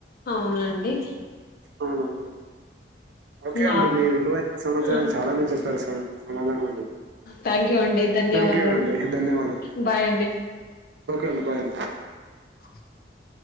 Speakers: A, on the left; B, on the right.
A: అవునండి
B: అవునండి ఓకే
A: నా
B: అండి మీ విలువైన సమాచారంా
A: ఆ
B: చాలానే చెప్పారు స సమాధానం అనేది
A: థ్యాంక్ యూ అండి ధన్యవాదాలు
B: థ్యాంక్ యూ అండి ధన్యవాదాలు
A: బాయ్ అండి
B: ఓకే అండి బాయ్
A: <inaudible>